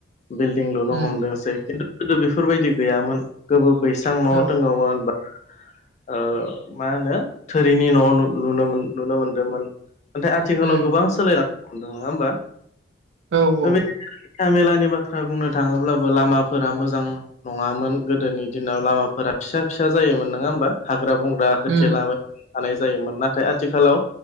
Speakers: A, on the left; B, on the right.
A: बिल्डिं लुनो
B: उम
A: हमदोंसै खिन्थु गोदो बेफोरबायदि गैयामोन गोबो बैसां न'
B: औ
A: दङोमोन बा ओ मा होनो थोरिनि न'लुनो नुन मोनदोंमोन नाथाय आथिखालाव
B: उम
A: गोबां सोलायनो हदों नङा होमबा
B: औ औ
A: बे हान्था मेलानि बाथ्रा बुंनो थाङोब्लाबो लामाफोरा मोजां नङामोन गोदोनि दिनाव लामाफोरा फिसा फिसा जायोमोन नङा होमबा हाग्रा बंग्रा होथेलाबाय
B: उम
A: थानाय जायोमोन नाथाय आथिखालाव